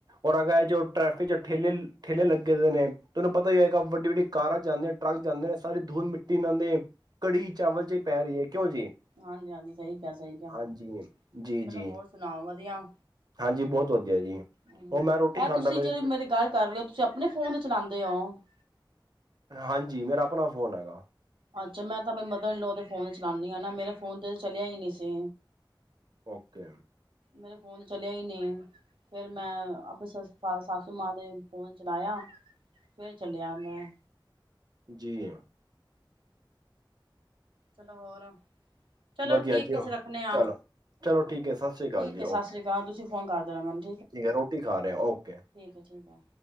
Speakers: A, on the right (about 55°); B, on the right (about 85°).
A: ਔਰ ਅਗਾਏ ਜੋ ਟ੍ਰੈਫਿਕ ਚ ਠੇਲੇ ਠੇਲੇ ਲੱਗੇ ਨੇ ਤੁਹਾਨੂੰ ਪਤਾ ਹੀ ਹੋਏਗਾ ਵੱਡੀ ਵੱਡੀ ਕਾਰਾਂ ਜਾਂਦੇ ਨੇ ਟਰੱਕ ਜਾਂਦੇ ਨੇ ਸਾਰੀ ਧੂਲ ਮਿੱਟੀ ਨਾਲਂ ਕੜੀ ਚਾਵਲ ਚ ਹੀ ਪੈ ਰਹੀ ਹੈ ਕਿਉਂ ਜੀ
B: ਹਾਂਜੀ ਹਾਂਜੀ ਸਹੀ ਕਿਹਾ ਸਹੀ ਕਿਹਾ
A: ਹਾਂਜੀ ਜੀ
B: ਚਲੋ
A: ਜੀ
B: ਹੋਰ ਸੁਣਾਓ ਵਧੀਆ
A: ਹਾਂਜੀ ਬਹੁਤ ਵਧੀਆ ਜੀ
B: ਹਮ
A: ਉਹ ਮੈਂ
B: ਇਹ
A: ਰੋਟੀ ਖਾਂਦਾ
B: ਤੁਸੀਂ
A: ਮ
B: ਜਿਹੜੀ ਮੇਰੀ ਗੱਲ ਕਰ ਰਹੇ ਹੋ ਤੁਸੀਂ ਆਪਣੇ ਫੋਨ ਤੇ ਚਲਾਉਂਦੇ ਹੋ
A: ਹਾਂਜੀ ਮੇਰਾ ਆਪਣਾ ਫੋਨ ਹੈਗਾ
B: ਅੱਛਾ ਮੈਂ ਤਾਂ ਮਤਾਬ ਲਓਦੇ ਫੋਨ ਚਲਾਉਾਨਦੀ ਹਾ ਮੇਰੇ ਫੋਨ ਤੇ ਚਲਿਆ ਹੀ ਨਹੀਂ ਸੀ
A: ਓਕੇ
B: ਮੇਰੇ ਫੋਨ ਚੱਲਿਆ ਹੀ ਨਹੀਂ ਫਿਰ ਮੈਂ ਆਪਣੇ ਫ ਸਾਸੂ ਮਾਂ ਦੇ ਫੋਨ ਚਲਾਇਆ ਫਿਰ ਚੱਲਿਆ ਮੈਂ
A: ਜੀ ਹਾਂ
B: ਚਲੋ ਹੋਰ ਚਲੋ
A: ਵਧੀਆ
B: ਠੀਕ
A: ਜੀ,
B: ਹੈ ਅਸੀਂ ਰੱਖਣੇ ਆ
A: ਚਲੋ, ਚਲੋ ਠੀਕ ਹੈ ਸਤਿ ਸ਼੍ਰੀ ਅਕਾਲ
B: ਠੀਕ
A: ਜੀ,
B: ਹੈ ਸਤਿ
A: ਓਕੇ
B: ਸ੍ਰੀ ਅਕਾਲ ਤੁਸੀਂ ਫ ਕਰ ਦੇਣਾ ਮੈਨੂੰ
A: ਠੀਕ ਹੈ ਰੋਟੀ ਖਾ ਰਹੇ ਓਕੇ
B: ਠੀਕ ਹੈ ਠੀਕ ਹੈ